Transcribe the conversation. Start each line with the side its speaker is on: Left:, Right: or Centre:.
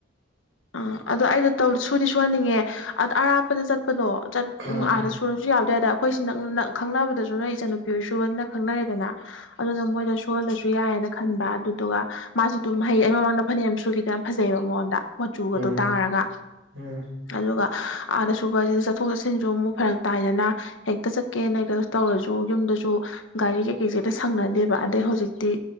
Left: ꯑꯝ ꯑꯗꯣ ꯑꯩꯗ ꯁꯨꯗꯤ ꯁꯨꯍꯟꯅꯤꯡꯉꯦ ꯑꯗ ꯑꯔꯥꯞꯄꯗ ꯆ ꯆꯠꯄꯗꯣ ꯆꯠ
Right: ꯎꯝ
Left: ꯎ ꯑꯥꯗ ꯁꯨꯔꯁꯨ ꯌꯥꯕꯗꯋꯥꯏꯗ ꯑꯩꯈꯣꯏꯁꯤ ꯈꯪꯅꯕꯗ ꯑꯗꯨ ꯅꯣꯏ ꯏꯆꯟꯟꯅꯨꯄꯤ ꯑꯣꯏ ꯁꯨꯕꯅ ꯈꯪꯅꯔꯦꯗꯅ ꯑꯗꯨꯅ ꯃꯣꯏꯗ ꯁꯣꯍꯜꯂꯁꯨ ꯁꯨ ꯌꯥꯏꯌꯦꯅ ꯈꯟꯕ ꯑꯗꯨꯗꯨꯒ ꯃꯥꯁꯨ ꯑꯗꯨꯝ ꯍꯩ ꯑꯩ ꯃꯃꯥꯡꯗ ꯐꯅꯦꯛ ꯌꯥꯝ ꯁꯨꯈꯤꯗꯣ ꯌꯥꯝ ꯐꯖꯩꯑꯕ ꯃꯉꯣꯟꯗ ꯃꯆꯨꯒꯗꯣ
Right: ꯎꯝ
Left: ꯇꯥꯔꯒ
Right: ꯎꯝ
Left: ꯑꯗꯨꯒ ꯑꯥꯗ ꯁꯨꯕꯁꯤꯗ ꯆꯠꯊꯣꯛ ꯆꯠꯁꯤꯟꯁꯨ ꯑꯃꯨꯛ ꯐꯔꯛ ꯇꯥꯏꯗꯅ ꯍꯦꯛꯇ ꯆꯠꯀꯦꯅ ꯇꯧꯔꯁꯨ ꯌꯨꯝꯗꯁꯨ ꯒꯥꯔꯤ ꯀꯩꯀꯩꯁꯦꯛꯇ ꯁꯪꯅꯗꯦꯕ ꯑꯗꯩ ꯍꯧꯖꯤꯛꯇꯤ